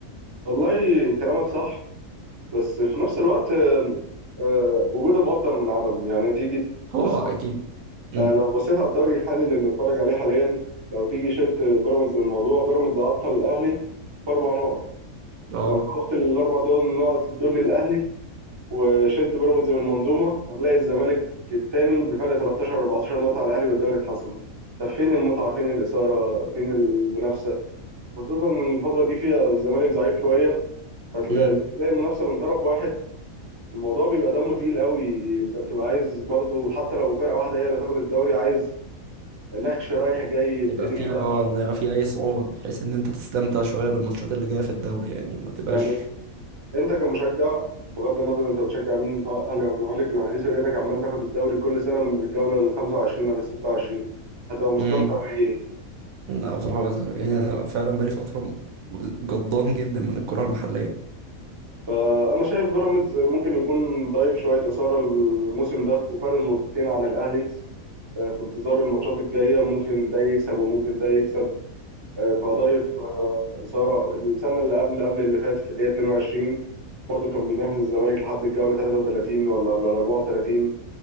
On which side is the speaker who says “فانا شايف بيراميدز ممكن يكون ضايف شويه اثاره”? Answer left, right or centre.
Right